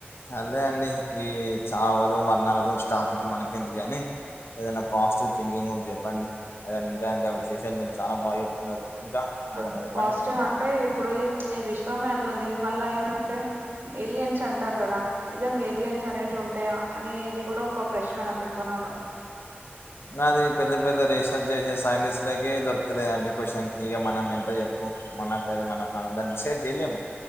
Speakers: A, on the left; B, on the right.
A: సరలే అండి, ఈ చావలు, మరణాల గురించి టాపిక్లు మనకెందుకు గానీ ఏదన్న పాజిటివ్ థింకింగ్ గురించి చెప్పండి. ఏదన్న ఇంకా ఇంకా విశేషాలు మీరు చానా బాగా చెప్తున్నారు ఇంకా ఇంకేదైనా
B: ఆ
A: జెప్పండి
B: పాజిటివ్
A: మరి?
B: అంటే ఇప్పుడు ఇ ఈ విశ్వమే అట్లుంది. మళ్ళ ఎందంటే, ఎలియన్స్ అంటారు కదా! నిజంగ ఏలియన్స్ అనేటివి ఉంటయా? అనేది గూడ ఒక ప్రశ్న నాకు ఎప్పడ్నుండొ.
A: ఇంగ అది పెద్ద పెద్ద రీసర్చ్ చేసే సైంటిస్టలకే దొరుకుతలేదండి ఈ క్వశ్చన్ కి ఇగ మనం ఎంత చెప్పు. మనకది మనం మనం దాన్ని డిసైడ్ చేయలేము.